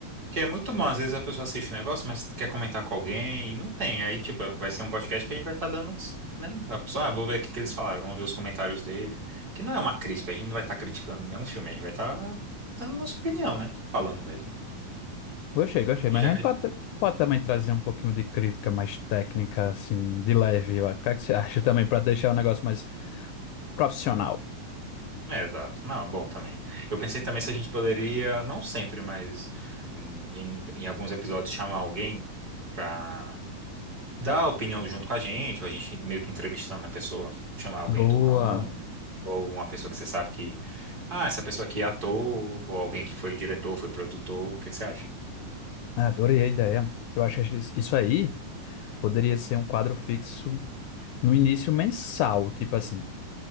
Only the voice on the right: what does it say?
Que é muito bom, às vezes a pessoa assiste um negócio, mas quer comentar com alguém e não tem. Aí, tipo, vai ser um podcast que a gente vai estar dando, uns, né? A pessoa, ah, vou ver o que que eles falaram, vamos ver os comentários dele. Que não é uma crítica, a gente não vai estar criticando nenhum filme, a gente vai estar dando nossa opinião, né? Falando mesmo.
E
já
que
É, exato. Não, bom também. Eu pensei também se a gente poderia, não sempre, mas hum, em, em alguns episódios, chamar alguém pra dar opinião junto com a gente, ou a gente meio que entrevistando a pessoa, chamar alguém
do ramo, ou uma pessoa que você sabe que, ah, essa pessoa aqui é ator, ou alguém que foi diretor, foi produtor, o que que você acha?